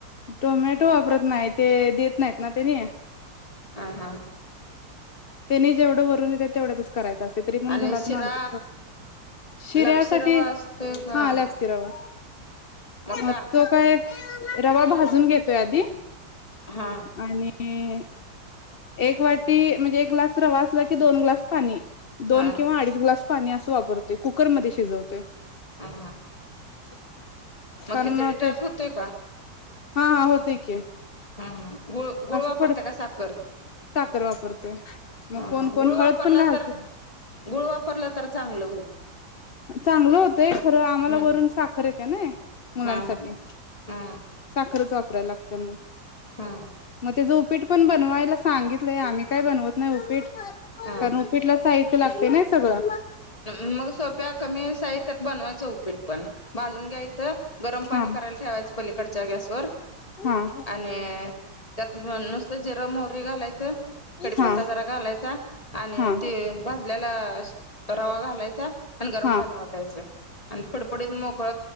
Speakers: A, on the left; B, on the left.
A: टोमॅटो वापरत नाही. ते देत नाहीत, ना त्यांना.
B: हा हा.
A: त्यांनी जेवढं वरून दिलयं तेवढ्यातच करायचं. असे तरी पण
B: आणि
A: घरातून
B: शिरा
A: आणत शिऱ्यासाठी
B: लापशी रवा असतोय का
A: हा लापशी रवा.
B: मोठा
A: अ तो काय रवा भाजून घेतोय, आधी.
B: हा
A: आणि एक वाटी म्हणजे एक ग्लास रवा असलाकी दोन ग्लास पाणी दोन
B: हा हा
A: किंवा अडीच ग्लास पाणी असं वापरते कुकरमध्ये शिजवते.
B: ह हा.
A: <unintelligible>
B: मग
A: कारण
B: खिचडी
A: ते
B: टाईप होतोय का?
A: हा हा होतयं, की.
B: हा गुळ गुळ
A: असं
B: वापरता,
A: थोडं
B: का साखर?
A: साखर वापरतोय. मग
B: हा
A: कोण
B: हा
A: कोण
B: गुळ
A: हळद
B: वापरला
A: पण घालतयं.
B: तर गुळ वापरलं तर चांगलं होईल.
A: चांगलं होतंय खरं आम्हाला
B: हम्म
A: वरून साखर येते, ना मुलांसाठी.
B: हा हा हा
A: साखरच वापरायला लागतं
B: हा
A: मग त्या उपीट पण बनवायला सांगितलंय. आम्ही काय बनवत नाही, उपीट
B: हा
A: कारण उपीटला साहित्य लागते. नाही सगळं
B: मग सोप्या कमी साहित्यात बनवायचं उपीट पण. भाजून घ्यायचं गरम पाणी
A: हा
B: करायला ठेवायचं. पलीकडच्या गॅसवर.
A: हा
B: आणि त्यात नुसत जिर, मोहरी घालायच कडीपता
A: हा
B: जरा घालायचा. आणि
A: हा
B: ते भाजल्याला रवा घालायचा आणि गरम
A: हा
B: पाणी ओतायच आणि फडफडीत मोकळ